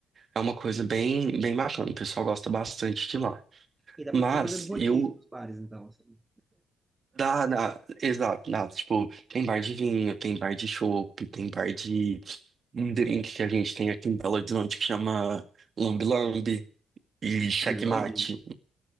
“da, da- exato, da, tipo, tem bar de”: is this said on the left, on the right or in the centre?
Right